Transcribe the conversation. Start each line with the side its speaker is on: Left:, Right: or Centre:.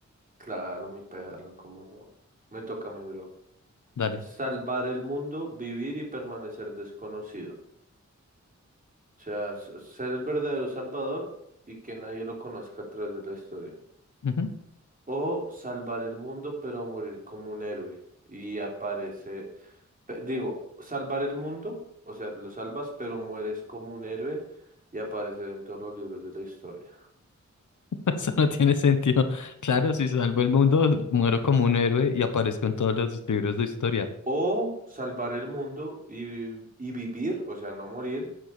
Right: Claro, mi perro, cómo no. Me toca mi bro.
Left: Dale.
Right: Salvar el mundo, vivir y permanecer desconocido. O sea, s- ser el verdadero salvador y que nadie lo conozca a través de la historia.
Left: Ujú. <laughs>
Right: O salvar el mundo, pero morir como un héroe. Y aparece Pe- Digo, salvar el mundo, o sea, lo salvas, pero mueres como un héroe y aparecer en todos los libros de la historia.
Left: Eso no tiene sentido. Claro, si salvo el mundo, muero como un héroe y aparezco en todos los libros de historia.
Right: O salvar el mundo y, y vivir, o sea, no morir,